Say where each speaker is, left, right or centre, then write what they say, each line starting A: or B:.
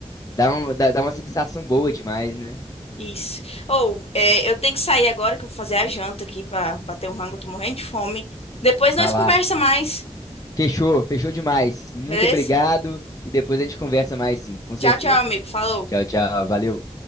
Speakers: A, on the left; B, on the left.
A: dá um, dá, dá uma sensação boa demais, né?
B: Isso. Ou, é, eu tenho que sair agora que eu vou fazer a janta aqui pra bater um rango, eu tô morrendo de fome. Depois
A: Vai
B: nós
A: lá.
B: conversa mais,
A: Fechou, fechou demais. Muito
B: beleza?
A: obrigado e depois a gente conversa mais sim, com
B: Tchau,
A: certeza.
B: tchau, amigo. Falou.
A: Tchau, tchau. Valeu.